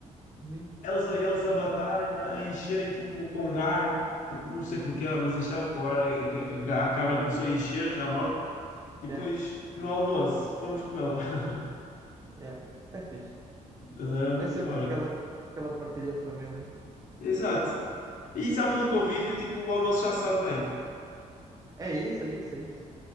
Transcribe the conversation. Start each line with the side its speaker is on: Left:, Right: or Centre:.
Right: Uhum.
Left: eles, a- eles a matarem, a encherem tipo com ar, porque não sei porquê, mas enchavam com ar, a, a- a cabra começou a encher, já morta, e depois
Right: Yeah,
Left: no almoço fomos comê-la. <laughs>
Right: yeah. É fixe.
Left: Mas era
Right: É
Left: muito,
Right: sempre
Left: olha,
Right: aquela, aquela partilha de família.
Left: exato. E só pelo convívio, tipo, o almoço já sabe bem.
Right: É isso, é isso, é isso.